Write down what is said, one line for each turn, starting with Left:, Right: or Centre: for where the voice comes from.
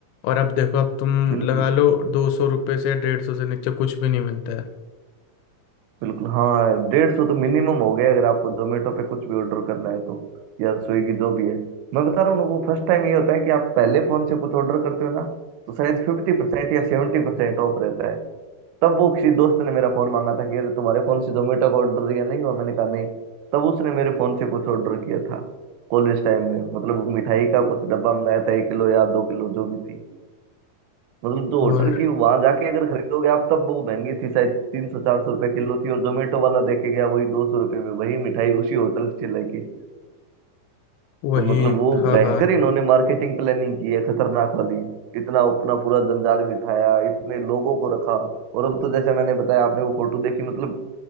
Left: और अब देखो अब तुम
Right: बिल्कुल
Left: लगा लो दो सौ रुपये से या डेढ़ सौ से नीचे कुछ भी नहीं मिलता है
Right: बिल्कुल हाँ डेढ़ सौ तो मिनिमम हो गया है अगर आपको जोमेटो पे कुछ भी ऑर्डर करना है तो या स्विगी जो भी है मैं बता रहा हूँ ना, वो फर्स्ट टाइम ये होता है कि आप पहले फोन से कुछ ऑर्डर करते हो ना तो शायद फिफ्टी परसेंट या सेवेंटी परसेंट ऑफ रहता है तब वो किसी दोस्त ने मेरा फोन मांगा था कि अरे तुम्हारे फोन से जोमेटो का ऑर्डर दिया नहीं हुआ मैंने कहा नहीं तब उसने मेरे फोन से कुछ ऑर्डर किया था कॉलेज टाइम में मतलब मिठाई का कुछ डब्बा मंगाया था एक किलो या दो किलो जो भी थी मतलब जो
Left: और
Right: होटल की वहां जाके अगर खरीदोगे आप तब वो महंगी थी शायद तीन सौ चार सौ रुपए किलो थी और जोमेटो वाला देके गया वही दो सौ रुपए में वही मिठाई उसी होटल से लेके
Left: वही
Right: तो मतलब वो
Left: हाँ
Right: भयंकर
Left: हाँ
Right: इन्होंने मार्केटिंग प्लानिंग की है खतरनाक वाली इतना अपना पूरा जंजाल बिठाया इतने लोगों को रखा और अब तो जैसे मैंने बताया आपने वो फोटो देखी मतलब